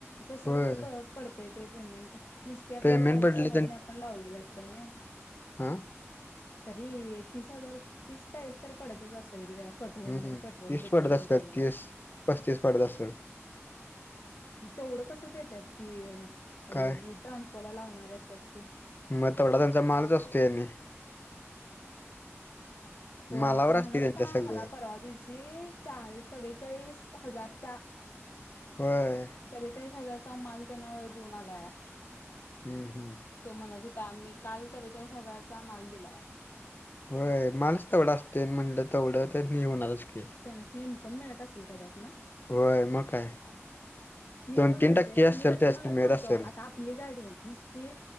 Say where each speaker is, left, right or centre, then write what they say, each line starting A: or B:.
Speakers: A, on the left; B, on the left.
A: तस
B: होय
A: कसं प.... पडतय ते पेमेंट. नुसती आपली
B: पेमेंट
A: गाडीच
B: पडली
A: त्यांनासनी आपण लावलेली असत्या नाय...
B: आ...
A: तरी ए... तीस हजार तीस चाळीस तर पडतच असलं की त्याला.... कट होऊन
B: हम्म...
A: पेट्रोल
B: तीस
A: बिट्रोल
B: पडत
A: हे
B: असल.
A: करून
B: तीस. पस्तीस पडत असलं.
A: म.. तेवढं कसं देत्यात ती... अ..
B: काय
A: जी ट्रान्सपोला लावणारी असत्यात ती.
B: म... तेवढा त्यांचा मालच असतो या आणि...
A: होय
B: मालावर
A: तो
B: असते
A: म्हणत
B: त्यांच्या
A: होता
B: सगळे
A: मला परवा दिवशी.... चाळीस चव्वेचाळीस हजार चा...
B: होय...
A: चव्वेचाळीस हजारचा माल त्यानं. देऊन आलाया.
B: हम्म... हम्म....
A: तो म्हणत होता मी काल चव्वेचाळीस हजाराचा माल दिलाया.
B: होय.. मालच तेवढा असतुय. म्हणलं तेवढं होणारच की...
A: त्या सणी इन्कम मिळत असेल काय त्यातन?
B: होय. म काय?
A: मी
B: दोन
A: काय म्हणते,
B: तीन टक्के असेल
A: मी तस
B: त्यासनी
A: म्हणत
B: मिळत
A: नव्हतो.
B: असेल
A: आता आप पली गाडी आहे. नुसती